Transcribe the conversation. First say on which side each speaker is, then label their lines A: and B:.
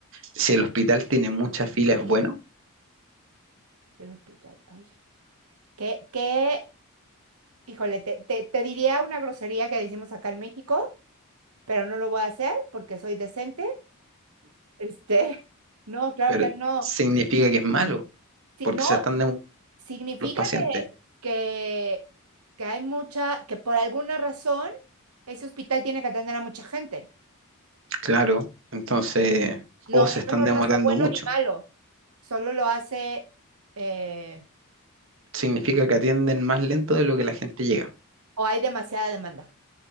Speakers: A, on the right (about 60°); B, on the right (about 80°).
A: si el hospital tiene muchas filas es bueno,
B: Sí, el hospital. Ay. qué qué híjole, te, te, te diría una grosería que decimos acá en México, pero no lo voy a hacer porque soy decente. Este, <laughs> no, claro
A: pero
B: que no.
A: significa que es malo,
B: Sí,
A: porque
B: no,
A: se están demorando
B: significa
A: los pacientes.
B: que, que, que hay mucha, que por alguna razón ese hospital tiene que atender a mucha gente.
A: Claro, entonces,
B: No,
A: o se
B: eso
A: están
B: no
A: demorando
B: lo hace bueno
A: mucho.
B: ni malo, solo lo hace eh,
A: Significa que atienden más lento de lo que la gente llega.
B: o hay demasiada demanda,